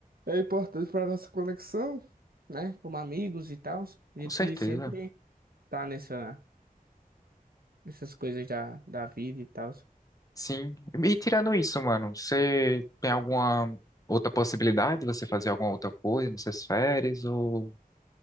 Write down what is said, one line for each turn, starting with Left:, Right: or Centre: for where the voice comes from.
Right: é importante para nossa conexão, né? Como amigos e tal. A gente
Left: Com certeza.
Right: sempre tá nessa. Essas coisas da, da vida e tal.
Left: Sim. E tirando isso, mano, você tem alguma outra possibilidade de você fazer alguma outra coisa nessas férias ou